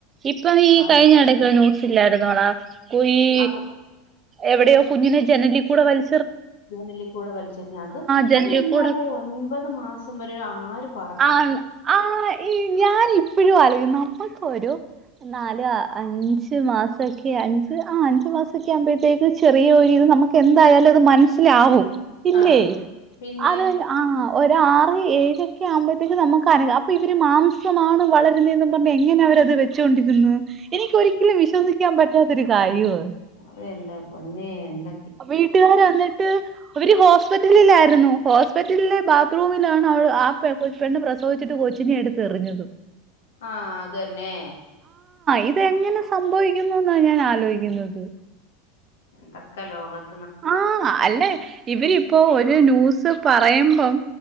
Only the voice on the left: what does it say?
ആ
ആ കു-
ജനലിൽ കൂടെ വലിച്ചെറിഞ്ഞ അത്
അതെന്താലേ
ഒൻപത് മാസം വരെ ആരും
ആ പിന്നെ
അതെല്ലെ പൊന്നെ എന്ത
ആഹ അതന്നെ
എന്തൊക്കെ ലോക